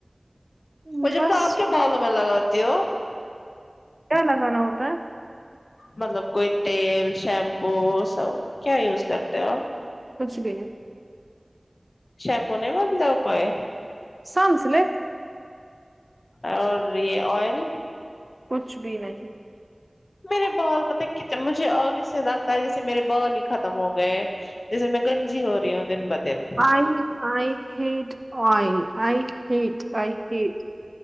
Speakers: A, on the right; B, on the left.
A: کہیں
B: مجھے
A: بس
B: بتاؤ اپ کیا بالوں میں لگاتی ہو
A: کیا لگانا ہوتا ہے
B: مطلب کوئی تیل شیمپو سب کیا یوز کرتے ہو
A: کچھ بھی نہیں
B: شیمپو نہیں بدلا کوئی
A: سانس لے
B: اور یہ ایل
A: کچھ بھی نہیں
B: میرے بال پتا کنے مجھے اگے سے لگتا ہے جیسے میرے بال ہی ختم ہو گئے جیسے میں گنجی ہو رہی ہوں دن با دن
A: I I hate I I hate I hate